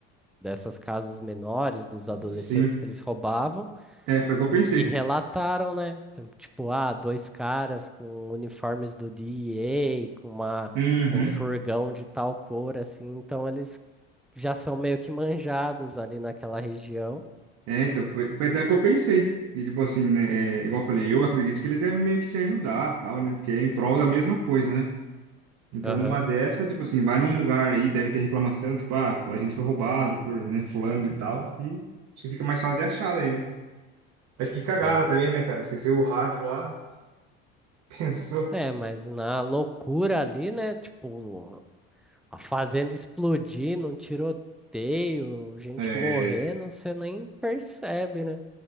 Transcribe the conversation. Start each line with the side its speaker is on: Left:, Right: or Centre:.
Centre: dessas casas menores, dos adolescentes
Right: sim.
Centre: que eles roubavam
Right: É, foi o que eu pensei.
Centre: que relataram, né? Então, Tipo, ah, dois caras com uniformes do DEA, com uma,
Right: uhum.
Centre: um furgão de tal cor, assim. Então, eles já são meio que manjados ali naquela região.
Right: É, então, foi, foi até o que eu pensei. E, tipo assim, né? É, igual eu falei, eu acredito que eles devem meio que se ajudar, tal, né? Porque é em prol da mesma coisa, né? Então,
Centre: Aham,
Right: numa dessa, tipo assim, vai num lugar aí, deve ter reclamação, tipo, ah, a gente foi roubado por, né, fulano e tal, e acho que fica mais fácil de achar daí, né? Mas que cagada
Centre: sim.
Right: também, né, cara? Esqueceu o rádio lá, <laughs> pensou.
Centre: É, mas na loucura ali, né? Tipo, a fazenda explodindo, um tiroteio, gente
Right: É,
Centre: morrendo, você nem percebe, né?